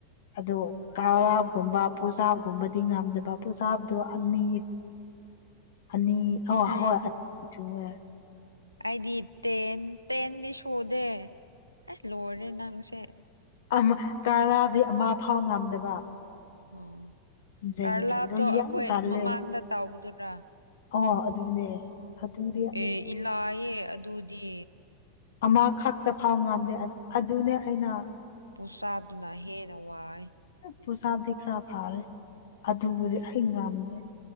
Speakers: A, on the left (about 55°); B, on the right (about 85°).
A: ꯑꯗꯣ ꯀꯔꯥꯛꯒꯨꯝꯕ ꯄꯨꯁꯥꯞ ꯒꯨꯝꯕꯗꯤ ꯉꯝꯗꯕ ꯄꯨꯁ ꯀꯥꯕꯗꯨ ꯑꯅꯤ
B: ꯎꯝ
A: ꯑꯅꯤ ꯑꯣ
B: ꯎꯝ
A: ꯍꯣꯏ ꯆꯨꯋꯦ
B: ꯑꯩꯗꯤ ꯇꯦꯟ ꯇꯦꯟꯗꯤ ꯁꯨꯗꯦ ꯑꯦ ꯂꯣꯏꯔꯦ ꯅꯪꯁꯦ
A: ꯑꯃꯝ ꯇꯥꯔꯗꯤ ꯑꯃ ꯐꯥꯎ ꯉꯝꯗꯕ
B: ꯑꯣ
A: ꯖꯦꯡꯗꯤꯗꯣ
B: ꯀꯥꯔꯂꯥꯞꯇꯣ ꯑꯩꯈꯣꯏ
A: ꯌꯥꯝ ꯀꯜꯂꯦ
B: ꯃꯃꯥꯡꯗ ꯇꯧꯕꯗꯨꯔꯥ
A: ꯑꯣ ꯑꯗꯨꯅꯦ
B: ꯑꯣ
A: ꯑꯗꯨꯗꯤ
B: ꯑꯦ ꯏꯂꯥꯏꯌꯦ ꯑꯗꯨꯗꯤ
A: ꯑꯃ ꯈꯛꯇ ꯐꯥꯎ ꯉꯝꯗꯦ ꯑꯗꯨꯅꯦ ꯑꯩꯅ
B: ꯄꯨꯁꯑꯞꯗꯨꯅ ꯍꯦꯟꯅ ꯋꯥꯏ
A: ꯄꯨꯁꯑꯞꯗꯤ ꯈꯔ ꯐꯥꯔꯦ ꯑꯗꯨꯕꯨꯗꯤ ꯑꯩ ꯉꯝꯃꯦ